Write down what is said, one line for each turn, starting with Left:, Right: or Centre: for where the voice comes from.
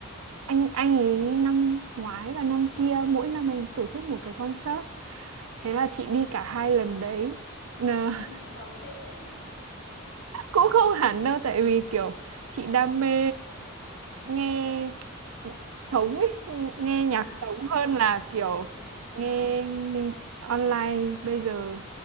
Right: Anh anh ấy năm ngoái và năm kia mỗi năm anh tổ chức một cái concert. Thế là chị đi cả hai lần đấy. <laughs>
Left: ui chị giàu thế
Right: cũng không hẳn đâu tại vì kiểu chị đam mê nghe sống ấy, nghe
Left: <laughs>
Right: nhạc
Left: à
Right: sống
Left: nghe
Right: hơn
Left: nhạc
Right: là kiểu
Left: đấy
Right: nghe
Left: vâng
Right: online bây giờ